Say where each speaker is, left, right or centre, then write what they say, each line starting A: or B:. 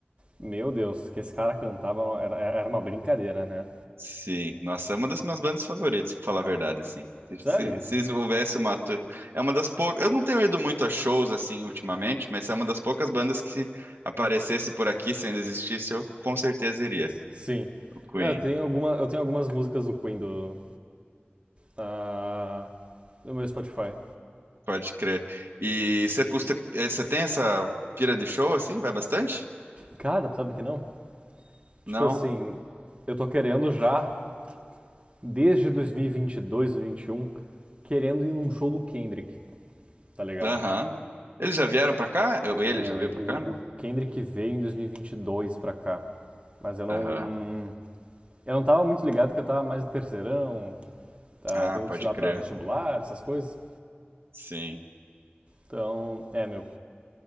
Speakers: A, on the right (about 30°); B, on the right (about 70°).
A: meu Deus, que esse cara cantava era, era uma brincadeira, né?
B: Sim, nossa, é uma das minhas bandas favoritas, pra falar a verdade, assim.
A: Sério?
B: Se, se, se houvesse uma. tu- É uma das poucas. Eu não tenho ido muito a shows, assim, ultimamente, mas é uma das poucas bandas que se aparecesse por aqui, se ainda existisse, eu com certeza iria.
A: Sim.
B: O Queen,
A: É, Eu tenho, alguma, eu tenho algumas músicas do Queen do, ah, do meu Spotify.
B: pode crer. E você custa. eh, Você tem essa pira de show, assim? Vai bastante?
A: Cara, tu sabe que não? Tipo
B: Não?
A: assim, eu tô querendo já, desde 2022, 2021, querendo ir num show do Kendrick, tá ligado?
B: Aham. Eles já vieram pra cá? Eu- Ele
A: O, o,
B: já veio pra cá, né?
A: o Kendrick veio em 2022 pra cá, mas eu não,
B: Aham.
A: Eu não tava muito ligado que eu tava mais no terceirão, tá,
B: Ah,
A: tendo
B: pode
A: que estudar
B: crer.
A: pra vestibular, essas coisas.
B: Sim.
A: Então, é, meu,